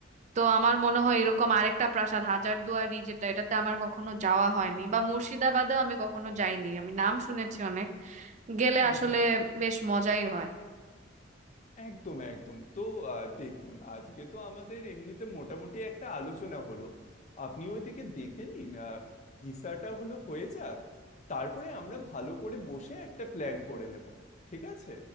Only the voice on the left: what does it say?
হুম
হুম
একদম একদম তো আহ, দেখুন আজকে তো আমাদের এমনিতে মোটামুটি একটা আলোচনা হলো আপনি ওইদিকে দেখে নিন আহ, ভিসাটা হলো হয়ে যাক তারপরে আমরা ভালো করে বসে একটা প্ল্যান করে নেব ঠিক আছে